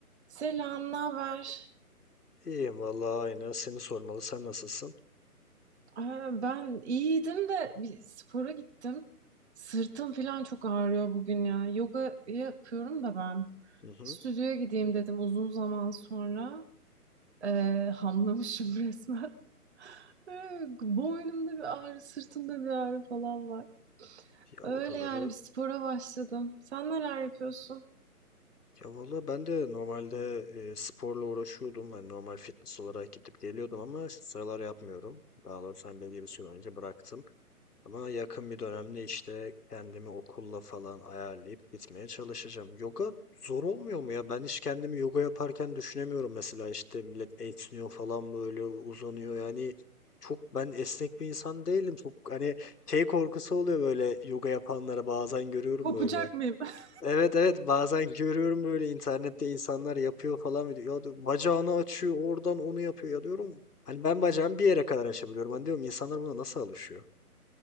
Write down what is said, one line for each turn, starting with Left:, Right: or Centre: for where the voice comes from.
Right: Selam, ne haber?
Left: İyiyim vallahi aynı. Seni sormalı. Sen nasılsın?
Right: Aa, Ben iyiydim de bir spora gittim. Sırtım falan çok ağrıyor bugün ya. Yoga yapıyorum da ben.
Left: Hı hı.
Right: Stüdyoya gideyim dedim uzun zaman sonra. Ee, hamlamışım <laughs> resmen. Ee, Boynumda bir ağrı, sırtımda bir ağrı falan var.
Left: Ya
Right: Öyle
Left: oraları
Right: yani bir spora başladım. Sen neler yapıyorsun?
Left: Ya valla ben de normalde e, sporla uğraşıyordum. Ben normal fitness olarak gidip geliyordum ama şu sıralar yapmıyorum. Daha doğrusu ben belli bir süre önce bıraktım. Ama yakın bir dönemde işte kendimi okulla falan ayarlayıp gitmeye çalışacağım. Yoga zor olmuyor mu ya? Ben hiç kendimi yoga yaparken düşünemiyorum mesela işte millet esniyor falan böyle uzanıyor. Yani çok ben esnek bir insan değilim. Çok hani şey korkusu oluyor böyle yoga yapanlara bazen görüyorum
Right: Kopacak
Left: böyle.
Right: mıyım? <laughs>
Left: Evet evet bazen görüyorum böyle internette insanlar yapıyor falan diyor. Ya diyor, bacağını açıyor oradan onu yapıyor ya diyorum. Hani ben bacağımı bir yere kadar açabiliyorum. Hani diyorum insanlar buna nasıl alışıyor?